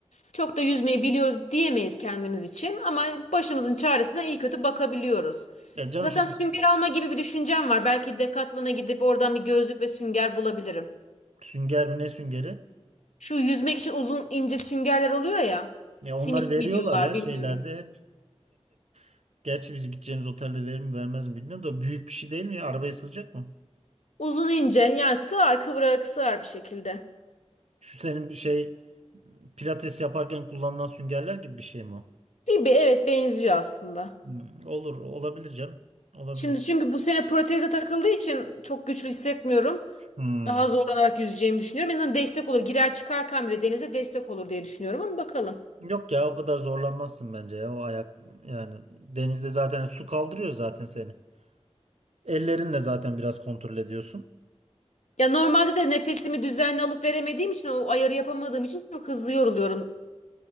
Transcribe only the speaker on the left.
çok da yüzmeyi biliyoruz diyemeyiz kendimiz için. Ama başımızın çaresine iyi kötü bakabiliyoruz.
Zaten
sünger alma gibi bir düşüncem var. Belki Decathlon'a gidip oradan bir gözlük ve sünger bulabilirim.
Şu yüzmek için uzun ince süngerler oluyor ya.
Simit
mi diyorlar
bilmiyorum.
Uzun ince yani sığar kıvırarak sığar bir şekilde.
Gibi evet benziyor aslında.
Şimdi çünkü bu sene proteze takıldığı için çok güçlü hissetmiyorum.
Daha zorlanarak yüzeceğimi düşünüyorum. En azından destek olur. Girer çıkarken bile denize destek olur diye düşünüyorum ama bakalım.
Ya normalde de nefesimi düzenli alıp veremediğim için o ayarı yapamadığım için çok hızlı yoruluyorum.